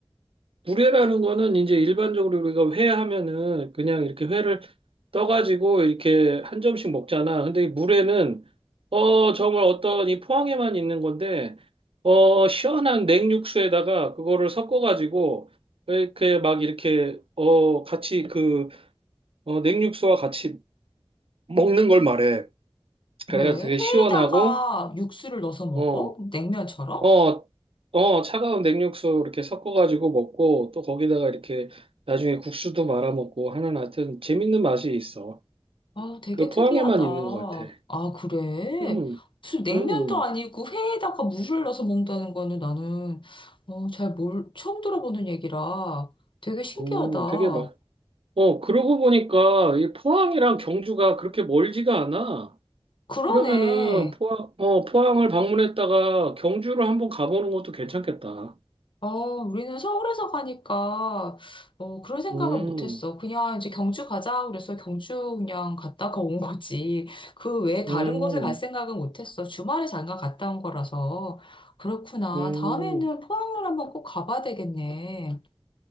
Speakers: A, on the right (about 75°); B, on the left (about 60°).
A: 구례라는 거는 이제 일반적으로 우리가 회 하면은 그냥 이렇게 회를 떠가지고 이렇게 한 점씩 먹잖아. 근데 이 물에는 어 정말 어떤 이 포항에만 있는 건데 어 시원한 냉육수에다가 그거를 섞어가지고 이렇게 막 이렇게 어 같이 그 어, 냉육수와 같이 먹는 걸 말해. 그래서
B: 그래,
A: 되게
B: 회에다가
A: 시원하고
B: 육수를 넣어서 먹어?
A: 어
B: 냉면처럼?
A: 어, 어, 차가운 냉육수 이렇게 섞어가지고 먹고 또 거기다가 이렇게 나중에 국수도 말아 먹고 하는 하여튼 재밌는 맛이 있어.
B: 아, 되게
A: 그 포항에만
B: 특이하다.
A: 있는 것 같아.
B: 아, 그래?
A: 음,
B: 무슨 냉면도
A: 음,
B: 아니고 회에다가 물을 넣어서 먹는다는 거는 나는 어, 잘 몰, 처음 들어보는 얘기라 되게 신기하다.
A: 음, 되게 맛. 어, 그러고 보니까 이 포항이랑 경주가 그렇게 멀지가 않아.
B: 그러네.
A: 그러면은 포항, 어, 포항을 방문했다가 경주를 한번 가보는 것도 괜찮겠다.
B: 어, 우리는 서울에서 가니까 어, 그런 생각을
A: 음,
B: 못했어. 그냥 이제 경주 가자 그래서 경주 그냥 갔다가 온 거지. 그 외에 다른
A: 음,
B: 곳에 갈 생각은 못했어. 주말에 잠깐 갔다 온 거라서. 그렇구나.
A: 음.
B: 다음에는 포항을 한번 꼭 가봐야 되겠네.